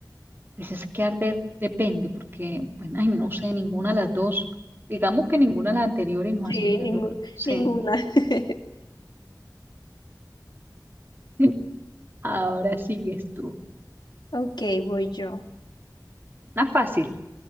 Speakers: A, on the right; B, on the left.
A: Pues es que arder depende, porque, bueno, ay, no sé, ninguna de las dos. Digamos que ninguna de las anteriores nos
B: Sí,
A: hacemos la
B: ningú-
A: loca, no sé.
B: ninguna. <laughs>
A: <laughs> Ahora sigues tú.
B: Ok, voy yo.
A: Una fácil,